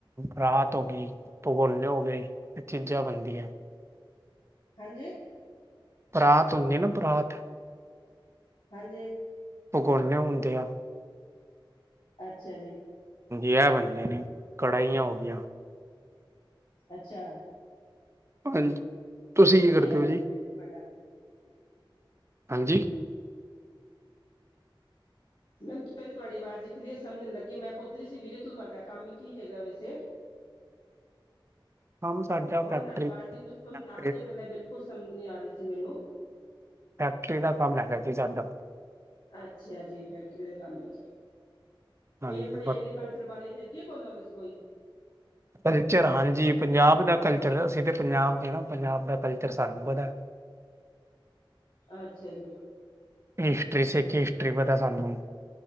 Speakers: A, on the right; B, on the left.
A: ਰਾਤ ਹੋ ਗਈ, ਭਗੋਨੇ ਹੋ ਗਏ, ਇਹ ਚੀਜ਼ਾਂ ਬਣਦੀਆਂ।
B: ਹਾਂਜੀ?
A: ਪਰਾਤ ਹੁੰਦੀ, ਨਾ ਪਰਾਤ
B: ਹਾਂਜੀ
A: ਭਗੋਨੇ, ਹੁੰਦੇ ਆ
B: ਅੱਛਾ ਜੀ,
A: ਹਾਂਜੀ ਜੀ, ਐ ਬਣਦੇ ਨੇ, ਕੜਾਹੀਆਂ ਹੋ ਗਈਆਂ।
B: ਅੱਛਾ,
A: ਹਾਂਜੀ, ਤੁਸੀਂ ਕੀ ਕਰਦੇ
B: ਇਹਨਾਂ
A: ਹੋ
B: ਦਾ
A: ਜੀ
B: ਕੰਮ ਵੱਡਾ
A: ਹਾਂਜੀ,
B: ਮੈਨੂੰ ਪਹਿਲੇ ਤੁਹਾਡੀ ਆਵਾਜ਼, ਕਲੀਅਰ ਸਮਝਣ ਲੱਗੀ ਮੈਂ, ਪੁੱਛ ਰਹੀ ਸੀ, ਵੀਰੇ ਤੂੰ ਤੁਹਾਡਾ ਕੰਮ ਕੀ ਹੈਗਾ ਵੈਸੇ?
A: ਕੰਮ ਸਾਡਾ
B: ਹੁਣ
A: ਫੈਕਟਰੀ
B: ਤੁਹਾਡੀ, ਆਵਾਜ਼ ਦੀ ਕੁਛ ਸਮਝ
A: ਫੈਕਟਰੀ
B: ਆ ਰਹੀ ਹੈ, ਪਹਿਲਾਂ ਬਿਲਕੁਲ ਕੁਝ, ਸਮਝ ਨਹੀਂ ਆ ਰਹੀ ਸੀ, ਮੈਨੂੰ
A: ਫੈਕਟਰੀ ਦਾ, ਕੰਮ ਹੈਗਾ ਜੀ ਸਾਡਾ।
B: ਅੱਛਾ ਜੀ, ਫੈਕਟਰੀ ਦੇ ਕੰਮ ਹੈ,
A: ਹਾਂਜੀ
B: ਕੋਈ ਆਪਣੇ
A: ਬ-
B: ਐਗਰੀਕਲਚ ਰ, ਬਾਰੇ ਹੈਗੀ ਹੈ, ਕੋਈ ਨੌਲੇਜ ਕੋਈ
A: ਕਲਚਰ ਹਾਂਜੀ, ਪੰਜਾਬ ਦਾ ਕਲਚਰ, ਅਸੀਂ ਤਾਂ ਪੰਜਾਬ ਦੇ ਆ ਨਾ, ਪੰਜਾਬ ਦਾ ਕਲਚਰ ਸਾਨੂੰ ਪਤਾ
B: ਅੱਛਾ ਜੀ,
A: ਹਿਸਟਰੀ, ਸਿੱਖ ਹਿਸਟਰੀ, ਪਤਾ ਸਾਨੂੰ